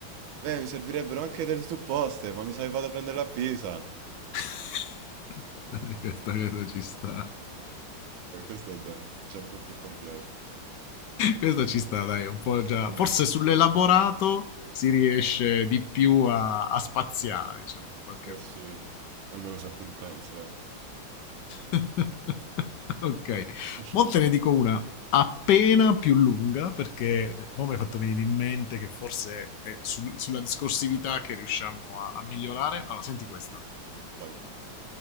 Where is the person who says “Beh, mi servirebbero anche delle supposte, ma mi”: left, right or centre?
Right